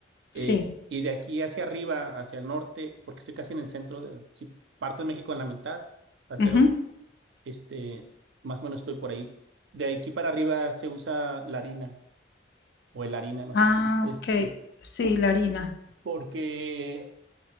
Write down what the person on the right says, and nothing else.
Eh,
y de aquí hacia arriba, hacia el norte, porque estoy casi en el centro, de, si parto de México en la mitad, hacia
el, este, más o menos estoy por ahí. De aquí para arriba se usa la harina o el harina, no sé
cómo, este,
po-
porque